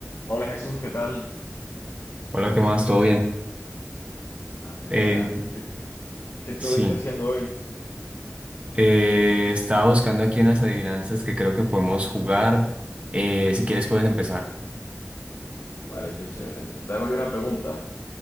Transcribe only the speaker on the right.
Hola, ¿qué más? ¿Todo bien?
Eh,
sí,
eh, estaba buscando aquí unas adivinanzas que creo que podemos jugar. Eh, si quieres puedes empezar.